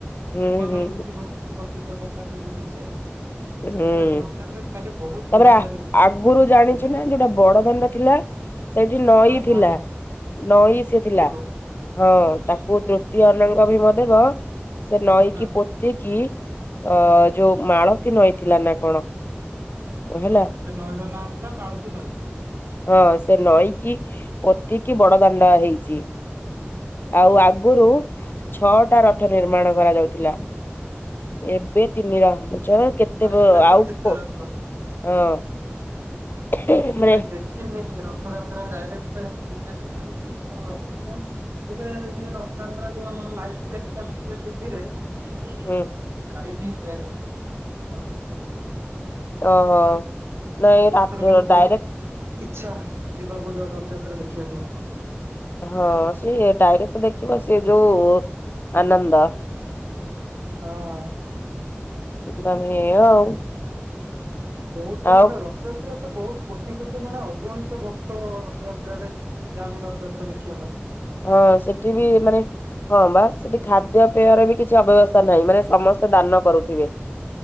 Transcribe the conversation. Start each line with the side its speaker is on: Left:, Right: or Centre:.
Left: ହୁଁ
Right: କିମ୍ବଦନ୍ତୀ
Left: ହୁଁ
Right: ଥିବ କିଛି। କି କଥିତ କଥା ଥିବ କିଛି ହେ ସେଥିପାଇଁ
Left: ହୁଁ
Right: ଆଉ ତାଲେ ତାଲେ ବହୁତ
Left: ତାପରେ
Right: ଭିଡଚାଲିଚି
Left: ଆ
Right: ତାର।
Left: ଆଗରୁ ଜାଣିଛୁ ନା ଯୋଉଟା ବଡ ଦାଣ୍ଡ ଥିଲା। ସେଇଠି ନଈ
Right: ହଁ
Left: ଥିଲା
Right: ହଁ।
Left: ନଈ ସେ ଥିଲା
Right: ଆଗରୁ
Left: ହଁ
Right: ହୁଁ
Left: ତାକୁ ତି ଅନଙ୍ଗଭିମ ଦେବ ସେ ନଈକି
Right: ହଁ।
Left: ପୋତିକିି ଅ ଯୋଉ ମାଳ। ଥି ନଈଥିଲା ନା କଣ। ହେଲା
Right: ଓହୋ ସେ ନଈର ନାଁ ଥିଲା ମାଳତି ନଈ।
Left: ହଁ ସେ ନଈକି ପୋତିକି ବଡଦାଣ୍ଡ ହେଇଛି।
Right: ହଁ
Left: ଆଉ
Right: ହଁ।
Left: ଆଗୁରୁ ଛଅଟା ରଥ ନିର୍ମାଣ କରାଯାଉଥିଲା। ଏବେ ତିନିଟା ହମୁଛ କେତେ
Right: ହଁ
Left: ବ
Right: ଏବେ ତ
Left: ଆଉ
Right: ତିନିଟା
Left: କି କ।
Right: ରଥ।
Left: ହଁ।
Right: ଆରେ ମୁଁ କେବେ
Left: ମାନେ
Right: ଦେଖିନି ର ରଥଯାତ୍ରା ଡାଇରେକ୍ଟ ପୁରୀ ମାନେ ପୁରୀ ଯାଇକି କେବେ ଦେଖିନି ମୁଁ ରଥ <unintelligible> ଟିଭିରେ ଯଦି ଏ ରଥଯାତ୍ରା ଯୋଉ ଆମ ମାଇକ ସେଟଟା <unintelligible> ଟିଭିରେ। ମୁଁ
Left: ହୁଁ
Right: ଯାଇନି କେବେ ରଥଯାତ୍ରା। ଦେଖିବାକୁ।
Left: ଓହୋ। ନାଇଁ ରା-
Right: ଏଥର କିନ୍ତୁ ବହୁତ
Left: ଡାଇରେକ୍ଟ
Right: ଇଚ୍ଛା ଯିବାକୁ ଯାଉ ରଥଯାତ୍ରା ଦେଖିବା ପାଇଁ ମୋର।
Left: ହଁ ସେ ଡାଇରେକ୍ଟ ଦେଖିବ ସେ ଯୋଉ ଆନନ୍ଦ।
Right: ହଁ।
Left: ବା ମିଳିଲା ଆଉ।
Right: ବହୁତୁ
Left: ଆଉ
Right: ମାନେ ରଥଯାତ୍ରା ତ ବହୁତ କୋଟି କୋଟି ମାନେ ଅଗଣିତ ଭକ୍ତ ରଥଯାତ୍ରାରେ ଯାଆନ୍ତି ରଥଯାତ୍ରା ଦେଖିବା ପାଇଁ।
Left: ହଁ ସେଠି ବି ମାନେ। ହଁ ବା ସେଠି ଖାଦ୍ୟ ପେୟର ବି କିଛି ଅବ୍ୟବସ୍ଥା ନାହିଁ ମାନେ ସମସ୍ତେ ଦାନ କରୁଥିବେ।